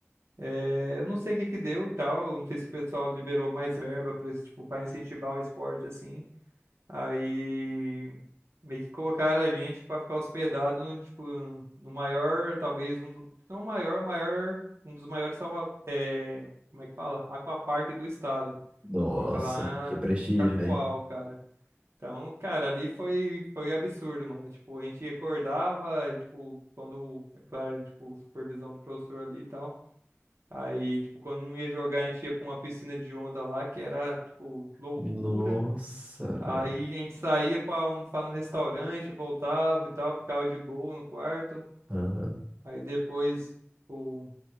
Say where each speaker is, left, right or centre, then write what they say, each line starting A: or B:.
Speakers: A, on the right; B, on the right.
A: É, eu não sei o que que deu e tal, não sei se o pessoal liberou mais verba para tipo, para incentivar o esporte assim. Aí meio que colocaram a gente para ficar hospedado no, tipo, no maior, talvez um, do- se não o maior, o maior, um dos maiores salva, é, como é que fala? Aquapark do estado,
B: Nossa,
A: que fica lá
B: que prestígio,
A: em Cacoal,
B: hein?
A: cara. Então, cara, ali foi foi absurdo, mano. Tipo, a gente acordava, e, tipo, quando, é claro, tipo, supervisão do professor ali e tal. Aí, tipo, quando não ia jogar, a gente ia pra uma piscina de onda lá, que era, tipo, loucura.
B: Nossa,
A: Aí
B: velho.
A: a gente saía pra almoçar no restaurante, voltava e tal, ficava de boa no quarto.
B: Aham.
A: Aí depois, tipo,